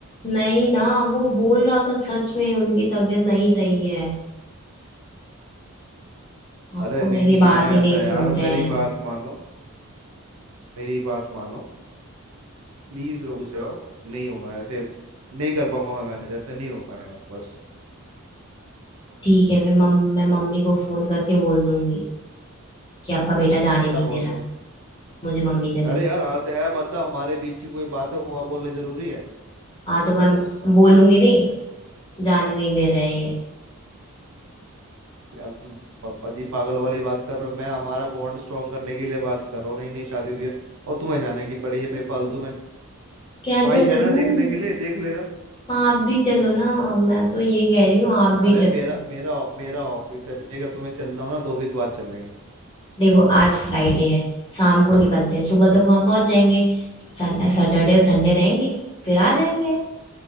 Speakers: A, on the left; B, on the right.
A: नहीं ना वो बोल रहा था सच में उनकी तबीयत नहीं सही है आप
B: अरे
A: तो
B: नहीं
A: मेरी बात
B: है
A: ही नहीं
B: ऐसा यार
A: सुनते हैं
B: मेरी बात मानो मेरी बात मानो प्लीज रुक जाओ नहीं होगा ऐसे नहीं कर पाऊंगा मैं मैनेज ऐसे नहीं हो पाएगा बस
A: ठीक है फिर मम मैं मम्मी को फोन करके बोल दूंगी कि आपका बेटा जाने
B: क्या
A: नहीं दे
B: बोल
A: रहा
B: रहे
A: है
B: हो
A: मुझे मम्मी से
B: अरे
A: मिल
B: यार हाथ है मतलब हमारे बीच की कोई बात है वो बोलना जरूरी है
A: हाँ तो मैं बोलूंगी नहीं जाने नहीं दे रहे हैं ये
B: यार तुम प- पति पागल वाली बात कर रहे हो मैं हमारा बॉन्ड स्ट्रॉन्ग करने के लिए बात कर रहा हूँ नहीं नहीं शादी हुई है और तुम्हें जाने की पड़ी है बेफालतू में
A: कह
B: भाई
A: तो रही
B: है ना
A: हूँ
B: देखने के लिए देख लेगा
A: हाँ, आप भी चलो ना मैं तो ये कह रही हूँ आप भी
B: अरे
A: चलो
B: मेरा मेरा मेरा ऑफिस है ठीक है तुम्हें चलना हो ना दो वीक बाद चल लेंगे
A: देखो आज फ्राइडे है शाम को निकलते हैं सुबह तक वहां पहुंच जाएंगे सन- सैटरडे और संडे रहेंगे फिर आ जाएंगे